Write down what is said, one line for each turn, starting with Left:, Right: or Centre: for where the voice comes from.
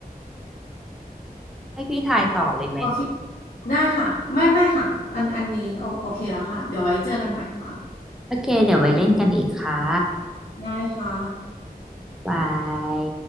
Centre: ให้พี่ทายต่อเลยไหม
Left: โอเคได้ค่ะไม่ไม่ค่ะอันอันนี้โอโอเคแล้วค่ะเดี๋ยวไว้เจอกันใหม่ค่ะ
Centre: โอเคเดี๋ยวไว้เล่นกันอีกค่ะ
Left: ได้ค่ะ
Centre: บาย